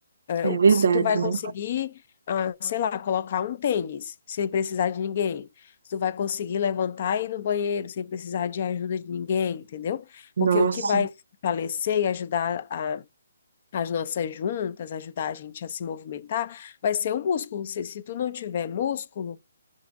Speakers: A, on the right (about 55°); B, on the left (about 35°).
A: é
B: O
A: verdade,
B: que- Se tu vai
A: né?
B: conseguir, ah, sei lá, colocar um tênis sem precisar de ninguém. Se tu vai conseguir levantar e ir no banheiro sem precisar de ajuda de ninguém, entendeu?
A: Nossa.
B: Porque o que vai fortalecer e ajudar a- as nossas juntas, ajudar a gente a se movimentar, vai ser o músculo. Se, se tu não tiver músculo,